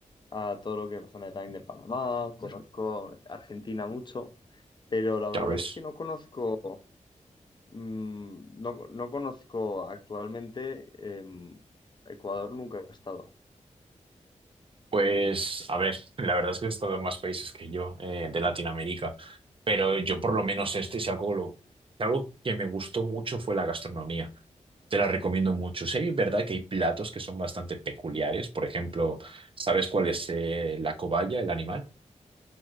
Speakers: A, on the left; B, on the right.
A: a todo lo que es la zona de también de Panamá, conozco Argentina mucho, pero la verdad
B: Ya ves.
A: es que no conozco, mm, no, no conozco actualmente em, Ecuador, nunca he estado.
B: Pues, a ver, <laughs> la verdad es que he estado en más países que yo eh, de Latinoamérica, pero yo por lo menos este, si algo, lo- si algo que me gustó mucho fue la gastronomía. Te la recomiendo mucho. Sí, es verdad que hay platos que son bastante peculiares. Por ejemplo, ¿sabes cuál es eh, la cobaya, el animal?